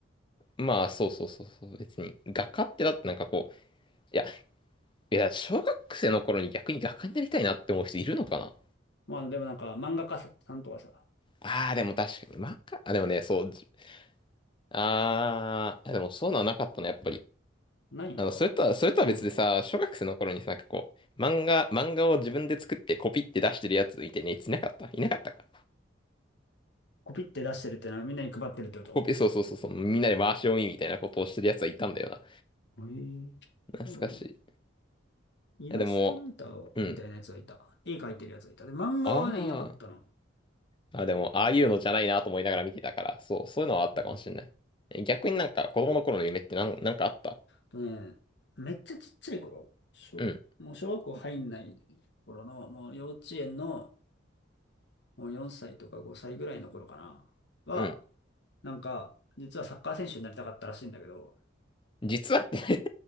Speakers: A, on the left; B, on the left.
A: まあ、そうそうそうそう、別に。画家ってだってなんかこう、いや、いや、小学生の頃に逆に画家になりたいなって思う人いるのかな
B: まあでもなんか漫画家さんとかさ、
A: ああー、でも確かに、漫画、あ、でもね、そう、じああ、でもそういうのはなかったの、やっぱり。
B: ないのか。
A: あの、それとは、それとは別でさ、
B: うん。
A: 小学生の頃にさ、なんかこう、漫画、漫画を自分で作ってコピって出してるやつみたいなやついなかったいなかったか。
B: コピって出してるってのはみんなに配ってるってこと。
A: コピ、そうそうそうそう、みんなで回し読みみたいなことをしてるやつはいたんだよな。
B: へえ。
A: 懐かしい。
B: なんか、ね、
A: い
B: イラストレーターみたいなやつがいた。
A: やでも、うん。
B: 絵描いてるやつがいた。で、漫画はね、
A: ああ。
B: いなかったな。
A: あ、でも、ああいうのじゃないなと思いながら見てたから、そう、そういうのはあったかもしれない。
B: うん
A: え逆になんか子供の頃の夢ってなん、なんかあった
B: とね、めっちゃちっちゃい頃、小、
A: うん、
B: もう小学校入んない頃の、もう幼稚園のもう4歳とか5歳ぐらいの頃かな、は、
A: うん。
B: なんか、実はサッカー選手になりたかったらしいんだけど、
A: 実はって